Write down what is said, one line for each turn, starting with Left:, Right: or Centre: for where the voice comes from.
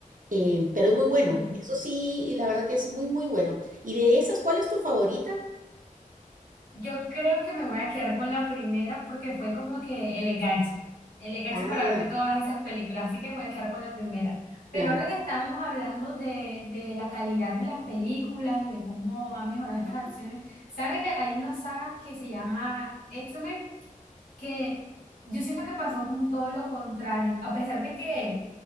Right: Eh, pero es muy bueno.
Left: Sí.
Right: Eso sí, la verdad que es muy, muy bueno. ¿Y de esas, cuál es tu favorita?
Left: Yo creo que me voy a quedar con la primera porque fue como que el enganche, el enganche
Right: Ah,
Left: para verme todas esas películas, así que me voy a quedar con la primera. Pero
Right: ya.
Left: ahora que estábamos hablando de, de la calidad de las películas y de cómo han mejorado estas
Right: Ah,
Left: acciones, ¿sabe que hay una saga que se llama X-Men que yo siento que pasó como todo lo contrario, a pesar de que